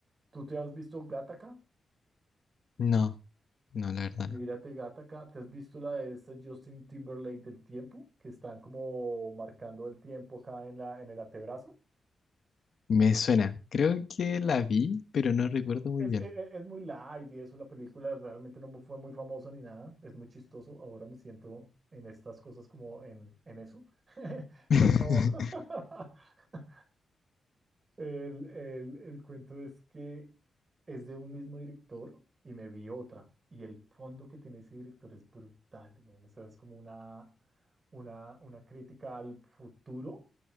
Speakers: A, on the right (about 30°); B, on the left (about 50°).
A: ¿tú te has visto Gattaca?
B: No, no, la verdad
A: Mírate,
B: no.
A: gata, acá. ¿Te has visto la de esta Justin Timberlake del tiempo? Que están como marcando el tiempo acá en la, en el antebrazo.
B: Me suena. Creo que la vi, pero no recuerdo muy
A: Es,
B: bien.
A: es, es muy light y eso, la película realmente no mu- fue muy famosa ni nada. Es muy chistoso. Ahora me siento en estas cosas como en, en eso. <laughs>
B: <laughs>
A: Pero, <laughs> El, el- el cuento es que es de un mismo director y me vi otra. Y el fondo que tiene ese director es brutal, men. O sea, es como una, una, una crítica al futuro